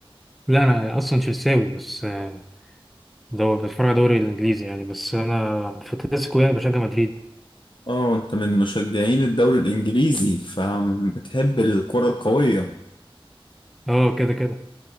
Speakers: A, in the centre; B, on the left.
A: لا انا اصلا تشيلساوي بس آه، دو بتفرج على الدوري الانجليزي يعني بس انا في الكلاسيكو يعني بشجع مدريد
B: اه انت من مشجعين الدوري الانجليزي فبتحب الكره القويه
A: اه كده كده